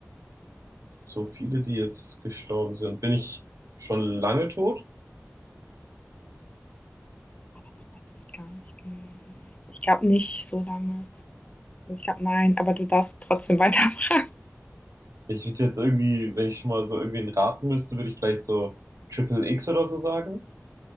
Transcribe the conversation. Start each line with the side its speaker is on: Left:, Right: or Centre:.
Right: so viele, die jetzt gestorben sind. Bin ich schon lange tot?
Left: Das weiß ich gar nicht genau. Ich glaube nicht so lange. Also, ich glaube, nein, aber du darfst trotzdem <laughs> weiterfragen.
Right: Ich würde jetzt irgendwie, wenn ich schon mal so irgendwen raten müsste, würde ich vielleicht so Triple X oder so sagen.